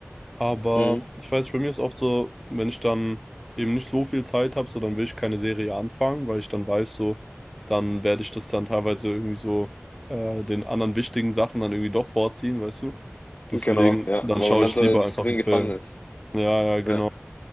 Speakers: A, in the centre; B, on the left.
A: Aber
B: Mhm.
A: ich weiß, bei mir ist oft so, wenn ich dann eben nicht so viel Zeit habe, so dann will ich keine Serie anfangen, weil ich dann weiß, so, dann werde ich das dann teilweise irgendwie so äh, den anderen wichtigen Sachen dann irgendwie doch vorziehen, weißt du?
B: Genau,
A: Deswegen,
B: ja,
A: dann
B: weil
A: schaue
B: man dann
A: ich
B: so
A: lieber einfach
B: drin
A: einen Film.
B: gefangen ist.
A: Ja, ja, genau.
B: Ja,